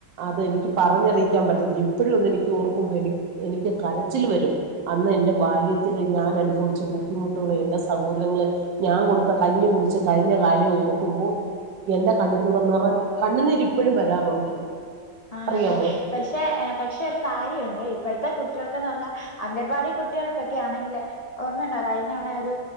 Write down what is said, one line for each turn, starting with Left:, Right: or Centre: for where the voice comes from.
Right: അതെനിക്ക് പറഞ്ഞറിയിക്കാൻ പറ്റത്തില്ല ഇപ്പഴുവതെനിക്കോർക്കുമ്പോ എനി എനിക്ക് കരച്ചില് വരും അന്നെൻ്റെ ബാല്യത്തില്
Left: ആ
Right: ഞാനനു ഭല്ച്ച എൻ്റെ ബുദ്ധിമുട്ടുകളും എൻ്റെ സഹോദരങ്ങള് ഞാങ്കൊടുത്ത കഞ്ഞി കുടിച്ച് കഴിഞ്ഞകാല്യോർക്കുമ്പോ എൻ്റെ കണ്ണ് കൂടെ നെറ കണ്ണ്നീരിപ്പഴും വരാറുണ്ട്
Left: ആണല്ലേ
Right: അറിയാമോ
Left: പഷേ പക്ഷേ ഒരു കാര്യവൊണ്ടേ ഇപ്പഴ്ത്തെ കുട് ട്ടികൾക്കെന്നു പറഞ്ഞാ അങ്കൻവാടി കുട്ടികൾക്കൊക്കെ ആണെങ്കില് ഓർമ്മയൊണ്ടോ കഴിഞ്ഞതവണ ഒരു